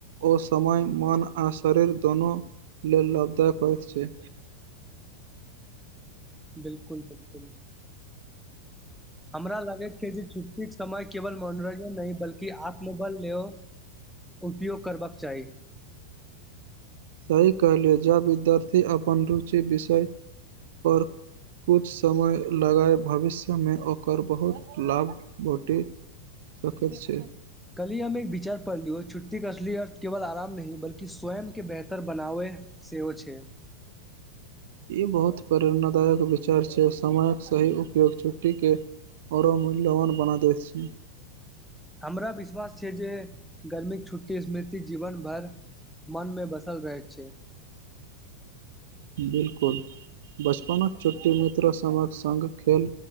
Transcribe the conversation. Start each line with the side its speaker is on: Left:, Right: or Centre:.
Right: ओ समय मन आ शरीर दुनू लेल लाभदायक होइत छै
Centre: बिलकुल - बिलकुल हमरा लागैत छै जे छुट्टीकेँ समय केवल मनोरंजन नहि बल्कि आत्मोबल लेयो उपयोग करबाक चाही
Right: सही कहलियौ ज विद्यार्थी अपन रुचि विषयपर कुछ समय लगाय भविष्यमे ओकर बहुत लाभ भोटे सकैत छै
Centre: कल्हि हम एक विचार पढ़ लियौ छुट्टीे असलियत केवल आराम नहि बल्कि स्वयं के बेहतर बनावै से हो छै
Right: ई बहुत प्रेरणादायक विचार छै समयक सही उपयोग छुट्टीके आओरो मूल्यवान बना दै छै
Centre: हमरा विश्वास छै जे गर्मीके छुट्टी स्मृति जीवन भर मन मे बसल रहैत छै
Right: बिल्कुल बचपनक छुट्टी मित्र सबक संग खेल